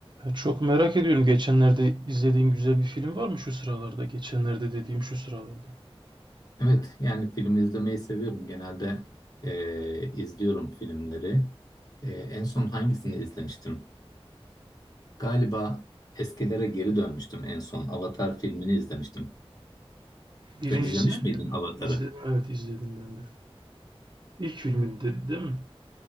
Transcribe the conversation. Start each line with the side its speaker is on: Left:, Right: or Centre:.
Right: Ya Çok merak ediyorum. Geçenlerde izlediğin güzel bir film var mı şu sıralarda? Geçenlerde dediğim şu sıralarda.
Left: Evet, yani film izlemeyi seviyorum. Genelde eee, izliyorum filmleri. Eee, en son hangisini izlemiştim? Galiba eskilere geri dönmüştüm en son. Avatar filmini izlemiştim.
Right: Birincisini
Left: Sen izlemiş
Right: mi?
Left: miydin Avatar'ı?
Right: izledim. Evet izledim ben de. İlk filmi dedi değil mi?